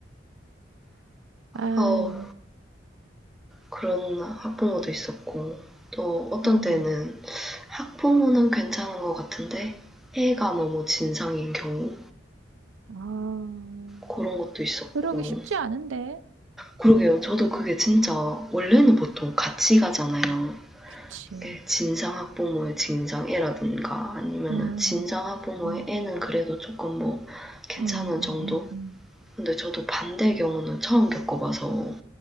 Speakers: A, on the right; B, in the centre.
A: 아유,
B: 아우 그런 학부모도 있었고 또 어떤
A: 음,
B: 때는 학부모는 괜찮은 것 같은데 애가 너무 진상인 경우
A: 아,
B: 그런 것도 있었고
A: 그러기 쉽지 않은데,
B: 그러게요. 저도 그게 진짜 원래는 보통 같이 가잖아요.
A: 그치?
B: 예, 진상 학부모의 진상 애라든가 아니면은
A: 음,
B: 진상 학부모의
A: 음,
B: 애는 그래도 조금 뭐 괜찮은
A: 음, 음,
B: 정도?
A: 음. 음.
B: 근데 저도 반대의 경우는 처음 겪어봐서